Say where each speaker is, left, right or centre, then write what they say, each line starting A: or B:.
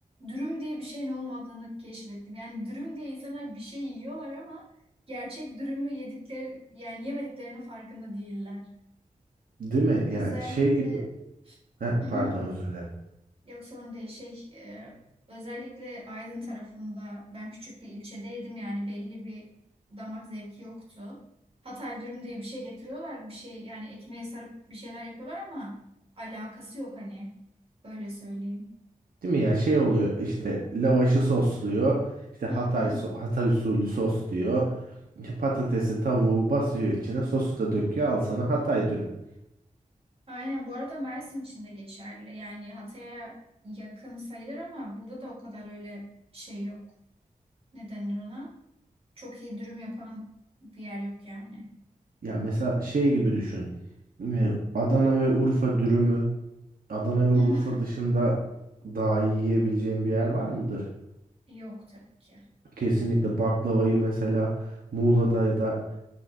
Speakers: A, on the right (about 45°); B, on the right (about 80°).
A: dürüm diye bir şeyin olmadığını keşfettim. Yani dürüm diye insanlar bir şey yiyorlar ama gerçek dürümü yedikleri yani yemediklerinin farkında değiller.
B: Değil mi? Ya
A: Özellikle
B: şey gibi. Heh,
A: Hı hı.
B: pardon özür dilerim.
A: Yok sorun değil. Şey, e, özellikle Aydın tarafında ben küçük bir ilçedeydim yani belli bir damak zevki yoktu. Hatay dürüm diye bir şey getiriyorlar. Bir şey yani ekmeğe sarıp bir şeyler yapıyorlar ama alakası yok hani. Öyle söyleyeyim.
B: Değil mi ya şey oluyor işte lavaşı sosluyor. İşte Hatay,
A: Hı hı.
B: so- Hatay usulü sos diyor. İşte patatesi tavuğu basıyor içine sosu da döküyor al sana Hatay dürüm.
A: Aynen bu arada Mersin için de geçerli. Yani Hatay'a yakın sayılır ama burada da o kadar öyle şey yok. Ne denir ona? Çok iyi dürüm yapan bir yer yok yani.
B: Ya mesela şey gibi düşün. Ee, Adana ve Urfa dürümü Adana ve
A: Hı
B: Urfa
A: hı.
B: dışında daha iyi yiyebileceğim bir yer var mıdır?
A: Yok tabii ki.
B: Kesinlikle baklavayı mesela Muğla'da ya da